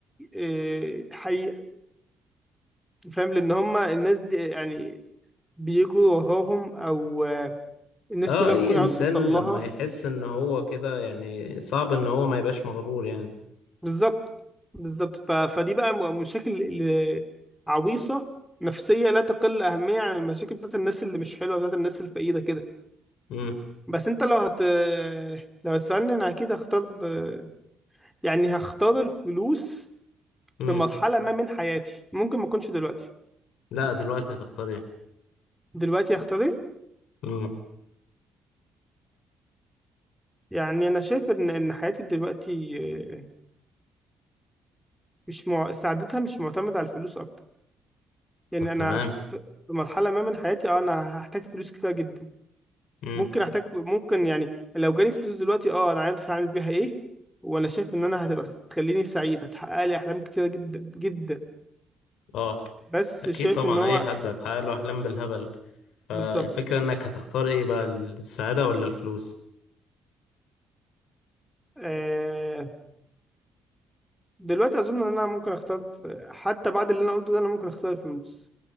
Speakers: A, in the centre; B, on the left.
A: آه، حقيقة فاهم لأن هما الناس دي يعني بيجروا وراهم أو آه، الناس
B: اه
A: كلها
B: اي
A: بتكون
B: انسان
A: عاوزة توصل لها
B: لما يحس ان هو كده يعني صعب ان هو ما يبقاش مغرور يعني
A: بالظبط بالظبط ف... فدي بقى م- مشاكل ال- عويصة نفسية لا تقل أهمية عن المشاكل بتاعت الناس اللي مش حلوة بتاعت الناس الفقيرة كده
B: امم
A: بس أنت لو هت لو هتسألني أنا أكيد هختار آه، يعني هختار الفلوس
B: امم
A: في مرحلة ما من حياتي ممكن ما اكونش دلوقتي
B: لا دلوقتي هتختار ايه
A: دلوقتي اختار ايه
B: امم
A: يعني انا شايف ان ان حياتي دلوقتي آه، مش مع... سعادتها مش معتمدة على الفلوس اكتر يعني
B: طب
A: انا
B: تمام
A: في في مرحلة ما من حياتي اه انا هحتاج فلوس كتير جدا
B: امم
A: ممكن احتاج ف... ممكن يعني لو جالي فلوس دلوقتي اه انا عارف هعمل بيها ايه وانا شايف ان انا هتبقى تخليني سعيد هتحقق لي احلام كتيرة جدا جدا
B: اه
A: بس
B: اكيد
A: شايف
B: طبعا
A: ان هو
B: اي حد هتحقق له احلام بالهبل فالفكرة
A: بالظبط
B: انك هتختار ايه بقى السعادة ولا الفلوس
A: آه... دلوقتي اظن ان انا ممكن اختار آه، حتى بعد اللي انا قلته ده انا ممكن اختار الفلوس